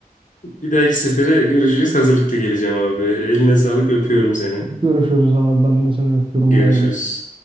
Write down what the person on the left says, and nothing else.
Bir dahaki sefere görüşeceğiz. Hazırlıklı geleceğim abi. Eline sağlık. Öpüyorum seni.
Görüşürüz.